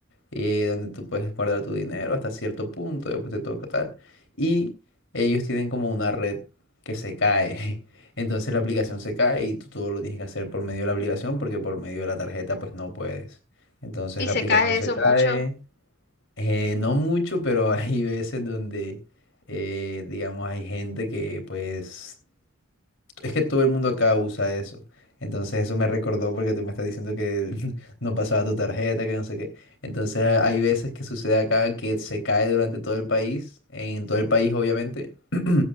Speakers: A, on the left; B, on the left.
A: eh, donde tú puedes guardar tu dinero hasta cierto punto, después te toca tal. Y ellos tienen como una red que se cae. <laughs> Entonces la aplicación se cae y tú todo lo tienes que hacer por medio de la aplicación porque por medio de la tarjeta pues no puedes. Entonces
B: Y
A: la
B: se
A: aplicación
B: cae
A: se
B: eso
A: cae,
B: mucho
A: eh, no mucho, pero <laughs> hay veces donde, eh, digamos, hay gente que pues es que todo el mundo acá usa eso. Entonces eso me recordó porque tú me estás diciendo que <laughs> no pasaba tu tarjeta, que no sé qué. Entonces hay veces que sucede acá que se cae durante todo el país, en todo el país obviamente. <clears throat>